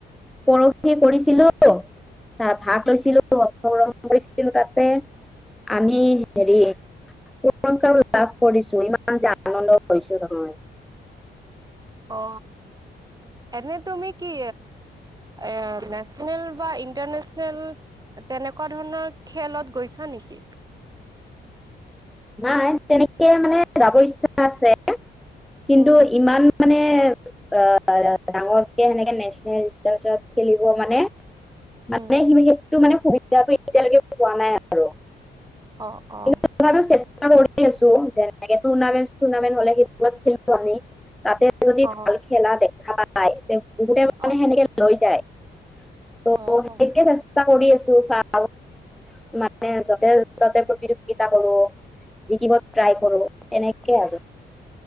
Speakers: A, in the centre; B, on the right.
A: পৰখি কৰিছিলো তাৰ ভাগ লৈছিলো অ কৰিছিলো তাতে। আমি হেৰি পুৰস্কাৰো লাভ কৰিছো ইমান যে আনন্দ হৈছো ন।
B: অ এনে তুমি কি এ নেশচনেল বা ইণ্টাৰনেচনেল তেনেকুৱা ধৰণৰ খেলত গৈছা নেকি?
A: নাই। তেনেকে মানে যাব ইচ্ছা আছে। কিন্তু
B: উম,
A: ইমান মানে এ অ অ ডাঙৰকে সেনেকে নেচনেল খেলিব মানে মানে
B: উম,
A: সেইটো মানে সুবিধাটো এতিয়ালৈকে পোৱা নাই আৰু।
B: অ অ
A: কিন্তু তথাপিও <unintelligible> আছো যেনেকে টুৰ্ণামেন্ট চুৰনামেন্ট হলে সেইবোৰত খেলো আমি, তাতে যদি
B: অ'
A: ভাল খেলা দেখা পায় বহুতে মানে
B: অ'
A: সেনেকে লৈ যায়। ত
B: অ'।
A: হেইটোৱে
B: অ
A: চেষ্টা কৰি আছোঁ। <unintelligible> চা মানে যতে ততে প্ৰতিযোগিতা কৰো। জিকিব ট্ৰাই কৰো এনেকে আৰু।